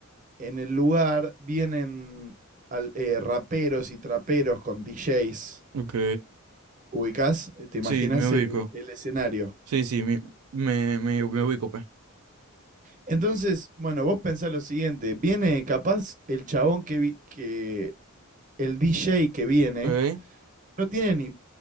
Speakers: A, on the right; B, on the right.
A: en el lugar vienen al- eh, raperos y traperos con DJs.
B: Ok.
A: ¿Ubicás? ¿Te imaginas
B: Sí, me ubico.
A: el, el escenario?
B: Sí, sí, me, me, me, me ubico, pues.
A: Entonces, bueno, vos pensás lo siguiente, viene capaz el chabón que, vi- que el DJ que viene,
B: Ok.
A: no tiene ni,